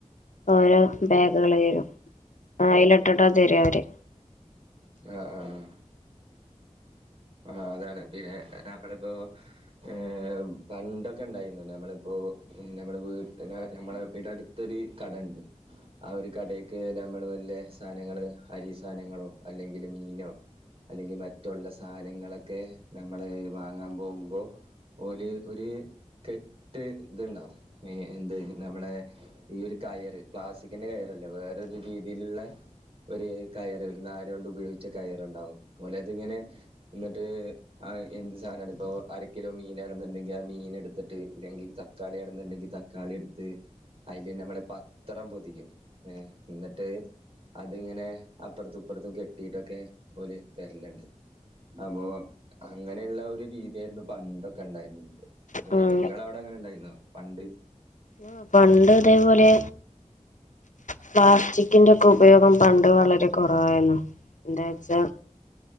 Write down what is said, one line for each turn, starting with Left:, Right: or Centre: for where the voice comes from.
Left: ഓരോ ബാഗുകള് യ്രുന്നു അയ്ല്ട്ട്ട്ടാ തരാ അവര്
Right: ആഹ് ആഹ് ആഹ് ആഹ് അതാണ് പിന്നെ നമ്മള് പ്പോ ഏഹ് പണ്ടൊക്ക ണ്ടായിരുന്നു ഞമ്മള് പ്പോ മ് നമ്മള വീട്ട്ന നമ്മള വീടെ അടു തോരീ കടണ്ട് ആ ഒരു കടയ്ക്ക് നമ്മള് വല്ല്യ സാനങ്ങള് അരി സാനങ്ങളോ അല്ലെങ്കില് മീനോ അല്ലെങ്കി മറ്റുള്ള സാനങ്ങളൊക്കെ നമ്മള് വാങ്ങാം പോകുമ്പോ ഓല് ഒര് കെട്ട് ഇത്ണ്ടാഹും മേ എന്ത് നമ്മളെ ഈ ഒരു കയറ് പ്ലാസ്റ്റിക്കിന്റെ കയറല്ല വേറൊരു രീതിയിലുള്ള ഒര് കയറ് ഒരു നാരോണ്ട് ഉപയോഗിച്ച കയറ്ണ്ടാവും ഓല അത്ങ്ങനെ ന്നട്ട് ആഹ് എന്ത് സാനാണ് പ്പൊ അര കിലോ മീനാണെന്നുണ്ടെങ്കി ആ മീന് എടുത്തിട്ട് ഇല്ലെങ്കിൽ ത തക്കാളി ആണന്ന്ണ്ടെങ്കി തക്കാളി എടുത്ത് അയ്ല് നമ്മള പത്രം പൊതിയും ഏ ന്നട്ട് അത്ങ്ങനെ അപ്പോർത്തും ഇപ്പർ ത്തും കെട്ടിയിട്ടൊക്കെ ഓല് തര്ല് ണ്ട് അപ്പൊ അങ്ങനെയുള്ള ഒരു രീതിയായിരുന്നു പണ്ടൊക്ക ണ്ടായിരുന്നത്. ഏ
Left: ഉം
Right: ഇങ്ങളോടെ അങ്ങനെ ഇണ്ടായിരുന്നോ പണ്ട്?
Left: ആഹ് പണ്ട് ഇതേപോലെ പ്ലാസ്റ്റിക്കിന്റെ ഒക്കെ ഉപയോഗം പണ്ട് വളരെ കൊറവായിരുന്നു എന്താ ച്ചാ